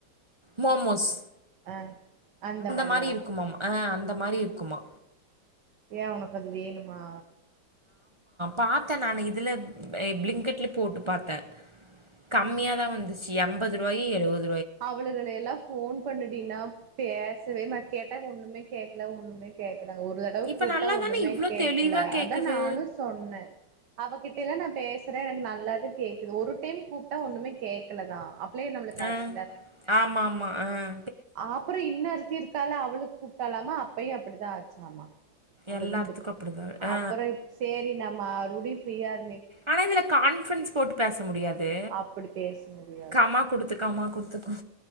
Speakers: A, on the right (about 35°); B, on the right (about 65°).
A: மோமோஸ்
B: அஹ் அந்த மாரியா
A: மாரி இருக்குமாம் ஆ அந்த மாரி இருக்குமா
B: ஏன் உனக்கு அது வேணுமா
A: பாத்தேன் நானு இதுல பிளிங்கெட்ல போட்டு பாத்தேன் கம்மியா தான் வந்துச்சு என்பது ரூபாய் எழுபது
B: அவளுக யெல்லாம் போன் பண்ணுடினா பேச சமா கேட்டா ஒண்ணுமே கேட்கல ஒண்ணுமே கேட்கல ஒரு தடவ
A: இப்ப
B: கூப்டா
A: நல்லா
B: ஒண்ணுமே
A: தானே இவ்ளோ
B: கேட்கல
A: தெளிவா கேக்குது
B: அதா நானும் சொன்னேன் அவகிட்டல்ல நான் பேசுறேன் எனக்கு நல்லா தான் கேக் ஒரு டைம் கூப்ட்டா ஒண்ணுமே கேக்கல தான் கே நம்மளுக்கு
A: ஆ
B: ஆச்சு
A: ஆமா ஆமா ஆஹ்
B: அப்றொ இன்னருத்தி இருக்கால்ல அவளுக்கு கூப்ட்டால் லாம அப்பையு அப்புடிதா ஆச்சாமா அந்த
A: எல்லாத்துக்கு
B: குண்டுக்கு
A: அப்டிதா ஆ
B: அப்பறொ சேரி நம்ம அறுடி ஃப்ரீயா இரு
A: ஆனா இதுல கான்ஃப்ரன்ஸ் போட்டு பேச முடியாது
B: அப்டி பேச முடியாது
A: கமா குடுத்து கமா குடுத்துக்கு